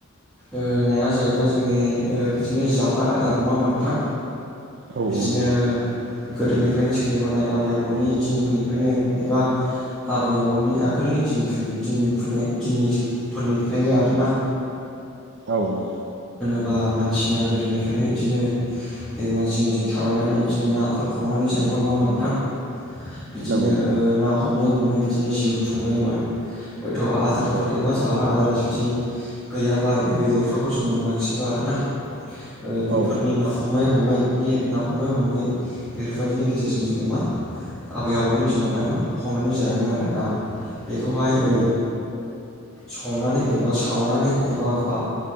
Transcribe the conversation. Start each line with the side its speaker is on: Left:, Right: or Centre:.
Centre: ओ नाया जाहैबाय जोंनि ओ बिदिनो जाग्रा आदार नङा होनबा नोंथां?
Right: औ
Centre: बिदिनो
Right: औ नंगौ
Centre: गोदोनिफ्रायनो सोलिबोनाय आबै आबौनि दिनफोरनिफ्रायनो एबा आबै आबौनि आगोलनि दिनफुनि दिनफुनाय दिननि फोरनिफ्रायनो आरोना।
Right: औ नंगौ।
Centre: बा मानसिया गोदोनिफ्रायनो बिदिनो दैमा जिं जिं थाबायनानै बिदिनो नाफोर हमनानै जायोमोन नङाबा नोंथां? बिदिनो
Right: नंगौ नंगौ
Centre: ओ ना हमै हमै बिदिनो जिउ खुंबोयोमोन। हयथ' आदारफोर
Right: औ
Centre: एबा जाग्रा आदारा जुदि गैया बा एबा बेदरफ्रा हजम मोनाखिसैबा आरो ना ओ बेफोरनि
Right: औ नंगौ
Centre: ना
Right: नंगौ
Centre: हमै हमै नि ना हमै हमै बेफोरबायदिनि गेजेरजों जोङो मा आबै आबौनि दिनावहाय मा हमनानै जायोमोन आरोना बेखौहाय ओ
Right: औ
Centre: संनानै एबा सावनानै एबा बा